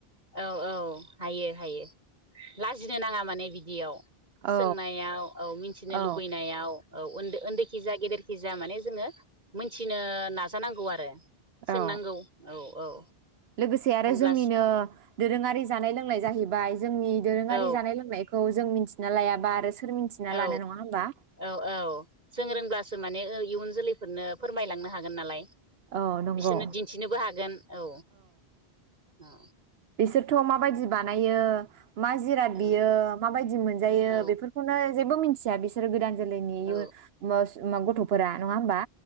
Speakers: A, on the right (about 45°); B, on the right (about 75°).
A: औ औ हायो हायो। लाजिनो नाङा माने बिदियाव। सोंनायाव
B: औ
A: औ मिथिनो
B: औ
A: लुबैनायाव औ ओन्दै ओन्दैखि जा गेदेर खिजाया माने जोङो मोनथिनो नाजानांगौ आरो सोंनांगौ
B: औ
A: औ औ
B: लोगोसे आरो
A: होमब्लासो
B: जोंनिनो दोरोङारि जानाय लों <unintelligible> नाय जाहैबाय। जोंनि दोरोङारि
A: औ
B: जानाय लोंनायखौ जों मिथि ना लायाबा आरो सोर मिथिना
A: औ
B: लानो नङा होमबा
A: औ औ जों रोंब्लासो माने ओ इयुन जोलैफोरनो फोरमायलांनो हागोन नालाय।
B: औ नंगौ
A: बिसोरनो दिन्थिनोबो हागोन औ। <unintelligible>
B: बिसोरथ' माबायदि बानायो। मा जिराद
A: औ
B: बियो माबायदि मोनजायो
A: औ
B: बेफोरखौनो जेबो मिथिया बिसोरो गोदान जोलैनि
A: औ
B: इ मस मा गथ'फोरा नङा होमबा?